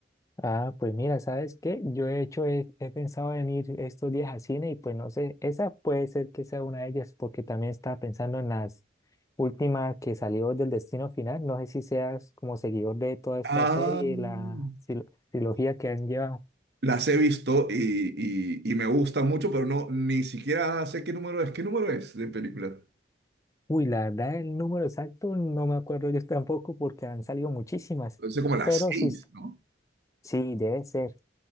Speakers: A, on the left (about 15°); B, on the right (about 60°).
A: Ah, pues mira, ¿sabes qué? Yo he hecho, he, he pensado en ir estos días a cine y pues no sé, esa puede ser que sea una de ellas porque también estaba pensando en las últimas que salió del Destino Final. No sé si seas como seguidor de toda esta
B: Ah,
A: serie,
B: no,
A: la tril- trilogía que han llevado.
B: las he visto y, y, y me gusta mucho, pero no, ni siquiera sé qué número es. ¿Qué número es de película?
A: Uy, la verdad, el número exacto no me acuerdo yo tampoco porque han salido muchísimas,
B: Sé como las
A: pero
B: seis,
A: sí,
B: ¿no?
A: sí, debe ser.